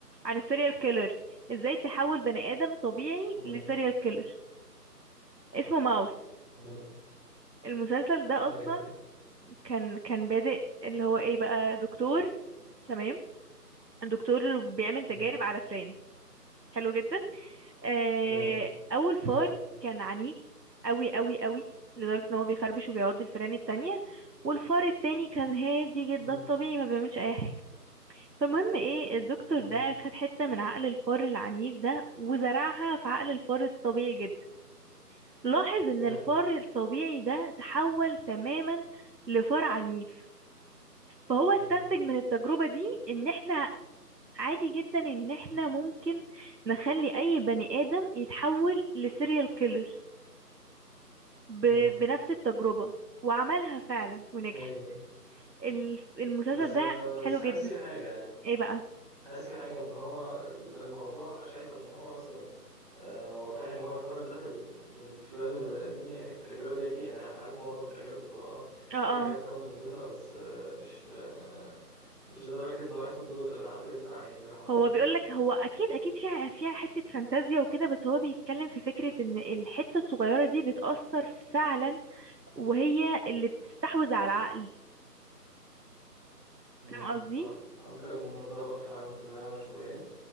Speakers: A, on the right (about 85°); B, in the centre.
A: عن السيريال كيلر ازاي تحول بني ادم طبيعي
B: مم.
A: لسيريال كيلر اسمه ماوس
B: مم.
A: المسلسل ده
B: ايوه
A: اصلا كان كان بادئ اللي هو ايه بقى دكتور تمام الدكتور بيعمل
B: مم.
A: تجارب على فئران حلو جدا آه،
B: مم.
A: اول فار
B: حلو
A: كان عنيف قوي قوي قوي لدرجة ان هو بيخربش وبيعض الفئران التانية والفار التاني كان هادي جدا
B: مم.
A: طبيعي ما بيعملش اي حاجة فالمهم ايه الدكتور
B: مم.
A: ده خد حتة من عقل الفار العنيف ده وزرعها في عقل الفار الطبيعي جدا لاحظ ان
B: حلو
A: الفار الطبيعي ده تحول تماما لفار عنيف فهو استنتج
B: مم.
A: من التجربة دي ان احنا عادي جدا ان احنا ممكن نخلي اي بني ادم يتحول لسيريال كيلر ب...
B: مم.
A: بنفس التجربة وعملها فعلا ونجحت
B: ايوه مم.
A: الف- المسلسل
B: بس آه،
A: ده حلو
B: بس حاسس
A: جدا
B: في حاجة
A: ايه بقى
B: حاسس في حاجة إن هو الموضوع شايف إن هو مثلا آه، واقعي إن هو يقارن ده في ال- من خلال البني آدمين يعني في تجربة زي دي يعني أنا عارف معظم التجارب بتبقى آه
A: اه
B: في
A: اه
B: حاجات common بينا بس آه، مش آه، مش لدرجة إنه ياخد جزء من عقله يزرع يعني فاهم قصدي؟
A: هو بيقولك هو اكيد اكيد فيها فيها حتة فانتازيا وكده بس هو بيتكلم في فكرة ان الحتة الصغيرة دي بتأثر فعلا وهي اللي بتستحوذ على
B: مم.
A: العقل
B: امم
A: فاهم قصدي
B: صح ممكن أكون متفق فعلا في ده شوية